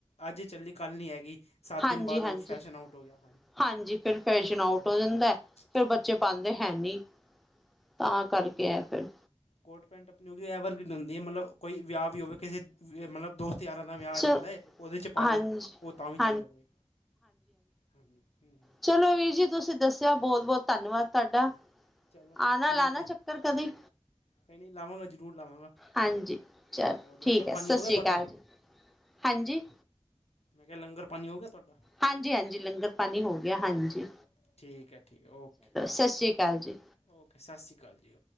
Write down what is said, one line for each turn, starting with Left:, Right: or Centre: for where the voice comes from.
Left: ਅੱਜ ਚੱਲੀ ਕੱਲ ਨੀ ਹੈਗੀ। ਸੱਤ ਦਿਨ
Centre: ਹਾਂਜੀ-ਹਾਂਜੀ,
Left: ਬਾਅਦ ਉਹ ਫੈਸ਼ਨ ਆਊਟ ਹੋ ਗਿਆ
Centre: ਹਾਂਜੀ ਫਿਰ ਫੈਸ਼ਨ ਆਊਟ
Left: ਹੂੰ
Centre: ਹੋ
Left: ਹੂੰ
Centre: ਜਾਂਦਾ ਐ ਫਿਰ ਬੱਚੇ
Left: ਹੂੰ ਹੂੰ
Centre: ਪਾਦੇ ਦੇ ਹੈ ਨੀ ਤਾਂ ਕਰਕੇ ਐ ਫਿਰ
Left: ਕੋਟ-ਪੈਂਟ ਆਪਣੀ ਓ ਐਵਰਗ੍ਰੀਨ ਹੁੰਦੀ ਏ ਮਤਲਥ ਕੋਈ ਵਿਆ-ਵਿਊ ਅਹੋਵੇ ਕਿਸੇ ਈ ਮਤਲਬ ਦੋ ਸਤ-ਯਾਰਾਂ ਦਾ ਵਿਆਹ
Centre: ਚ
Left: ਆ ਜਾਂਦਾ ਏ। ਓਦੇ ਚ ਪਾਲੋ
Centre: ਹਾਂਜੀ
Left: ਓ ਤਾਂ ਵੀ
Centre: ਹਾਂਜੀ
Left: ਚੱਲ ਜਾਊਗੀ। ਹਾਂਜੀ ਹੂੰ-‌ ਹੂੰ।
Centre: ਚਲੋ ਵੀਰ ਜੀ ਤੁਸੀਂ ਦੱਸਿਆ ਬੋਤ-ਬੋਤ ਧੰਨਵਾਦ। ਤਾਡਾ
Left: ਹਾਂਜੀ ਚਲੋ
Centre: ਆਣਾ-ਲਾਣਾ
Left: ਠੀਕ ਹੈ
Centre: ਚੱਕਰ ਕਦੀ।
Left: ਕੋਈ ਨਹੀਂ ਲਾਵਾਂਗਾ ਜ਼ਰੂਰ ਲਾਵਾਂਗਾ
Centre: ਹਾਂਜੀ ਚਲ
Left: ਹੋਰ
Centre: ਠੀਕ
Left: ਲੰਗਰ
Centre: ਐ ਸ਼ਸ੍ਰੀ
Left: ਪਾਣੀ ਹੋ ਗਿਆ ਤੁਹਾਡਾ
Centre: ਕਾਲ ਜੀ। ਹਾਂਜੀ
Left: ਮੈਂ ਕੇਆ ਲੰਗਰ-ਪਾਨੀ ਹੋ ਗਯਾ ਤੁਆਡਾ?
Centre: ਹਾਂਜੀ-ਹਾਂਜੀ, ਲੰਗਰ ਪਾਨੀ ਹੋ ਗਯਾ ਹਾਂਜੀ।
Left: ਚਲੋ ਠੀਕ ਐ, ਠੀਕ ਓਕੇ।
Centre: ਸ਼ਸ਼ੀ ਕਾਲ ਜੀ।
Left: ਓਕੇ, ਸਸ਼ੀ ਕਾਲ ਜੀ।